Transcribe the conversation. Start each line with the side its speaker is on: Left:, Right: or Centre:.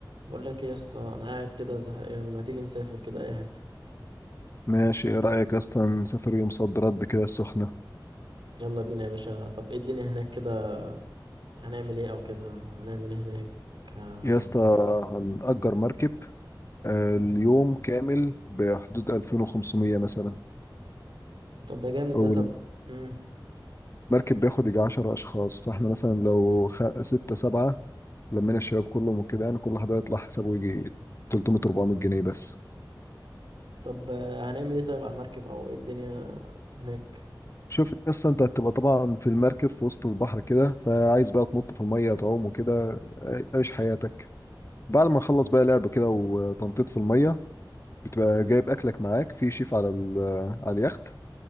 Right: بقول لك ايه يا اسطى انا قاعد كده زهقان ما تيجي نسافر كده اي حته
Left: ماشي ايه رأيك يا اسطى نسافر يوم صد رد كده السخنة
Right: يلا بينا يا باشا طب ايه الدنيا هناك كده هنعمل ايه او كده هنعمل ايه هناك ه-
Left: يا اسطى هنأجر مركب آه،
Right: مم.
Left: اليوم كامل بحدود 2500 مثلا
Right: طب ده جامد
Left: والمركب
Right: ده طب مم.
Left: بياخد يجي 10 أشخاص فاحنا مثلا لو خ- ستة سبعة لمينا الشباب كلهم وكده يعني كل واحد هيطلع حسابه يجي 300 400 جنيه بس
Right: طب آه، هنعمل ايه طيب على المركب او ايه الدنيا هناك
Left: شوف يا اسطى انت هتبقى طبعا في المركب في وسط البحر كده فعايز بقى تنط في المية تعوم وكده عيش حياتك بعد ما نخلص بقى لعب كده وتنطيط في المية بتبقى جايب اكلك معاك في شيف على ال- على اليخت